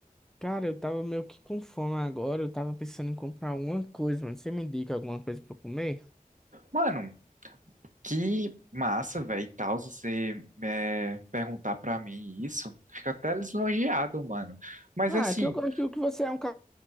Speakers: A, in the centre; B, on the right.
A: Cara, eu tava meio que com fome agora. Eu tava pensando em comprar alguma coisa, mano. Você me indica alguma coisa pra eu comer?
B: Mano, que massa, velho, e tal, você é, perguntar pra mim isso. Fica até lisonjeado, mano. Mas
A: Ah,
B: assim,
A: é que eu gosto que você é um cara